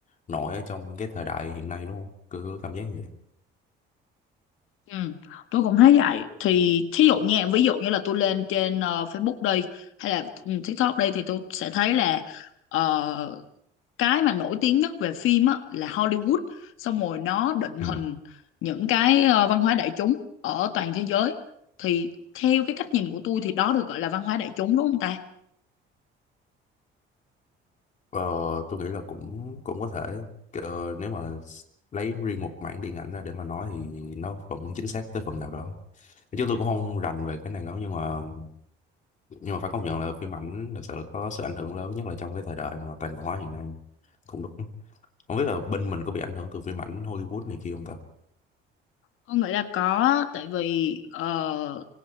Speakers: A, on the left; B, on the left.
A: nổi ở trong cái thời đại hiện nay đúng không cứ cảm giác như vậy
B: ừ tôi cũng thấy vậy thì thí dụ nha ví dụ như là tôi lên trên ờ, Facebook đây hay là ừ, TikTok đây thì tôi sẽ thấy là ờ, cái mà nổi tiếng nhất về phim á là Hollywood xong rồi nó định
A: Ừ.
B: hình những cái ờ, văn hóa đại chúng ở toàn thế giới thì theo cái cách nhìn của tôi thì đó được gọi là văn hóa đại chúng đúng không ta
A: Ờ, tôi nghĩ là cũng cũng có thể Ờ, nếu mà s- lấy riêng một mảng điện ảnh ra để mà nói thì nó vẫn chính xác tới phần nào đó. Chứ tôi cũng không rành về cái này lắm nhưng mà nhưng mà phải công nhận là phim ảnh thật sự là có sự ảnh hưởng lớn nhất là trong cái thời đại mà toàn cầu hóa hiện nay. Cũng được. Không biết là bên mình có bị ảnh hưởng từ phim ảnh Hollywood này kia không ta?
B: Con nghĩ là có á, tại vì ờ,